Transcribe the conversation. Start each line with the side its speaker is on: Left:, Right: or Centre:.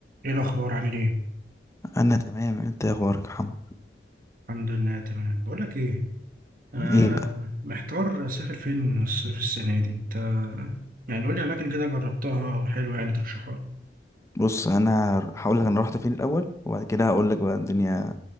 Right: ايه الاخبار عامل ايه
Left: انا تمام انت يا اخبارك يا محمد
Right: الحمد لله تمام بقول لك ايه انا
Left: ايه بقى
Right: محتار اسافر فين الصيف السنه دي انت يعني قول لي اماكن كده جربتها وحلوه يعني ترشحها لي
Left: بص انا هقول لك انا رحت فين الاول وبعد كده هقول لك بقى الدنيا